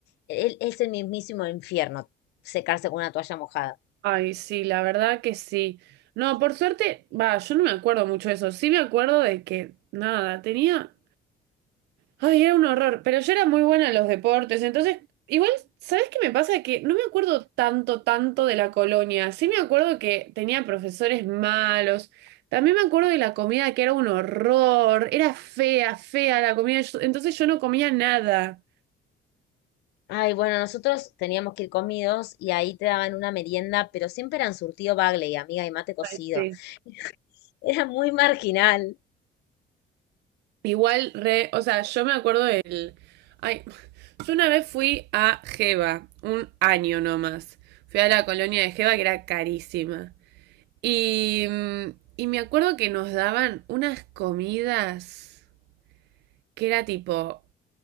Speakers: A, on the left; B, on the right.
A: él, es el mismísimo infierno secarse con una toalla mojada.
B: Ay, sí, la verdad que sí. No, por suerte, va, yo no me acuerdo mucho de eso, sí me acuerdo de que, nada, tenía... Ay, era un horror, pero yo era muy buena en los deportes, entonces, igual, ¿sabes qué me pasa? Que no me acuerdo tanto, tanto de la colonia, sí me acuerdo que tenía profesores malos, también me acuerdo de la comida que era un horror, era fea, fea la comida, yo- entonces yo no comía nada.
A: Ay, bueno, nosotros teníamos que ir comidos y ahí te daban una merienda, pero siempre eran surtido bagley, amiga, y mate cocido.
B: Ay, sí.
A: <laughs> Era muy marginal.
B: Igual, re, o sea, yo me acuerdo del... Ay, yo una vez fui a Geva, un año nomás, fui a la colonia de Geva que era carísima. Y, mm, y me acuerdo que nos daban unas comidas que era tipo